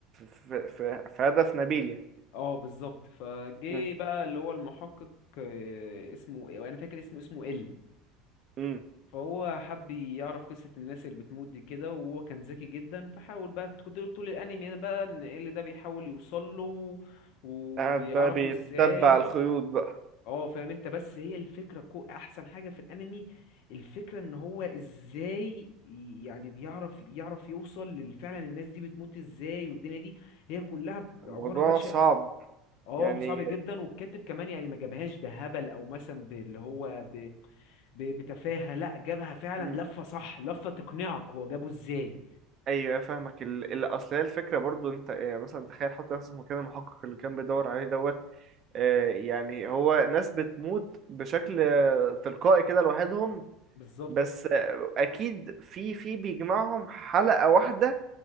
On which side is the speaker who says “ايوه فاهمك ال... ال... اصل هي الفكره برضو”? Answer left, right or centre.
Right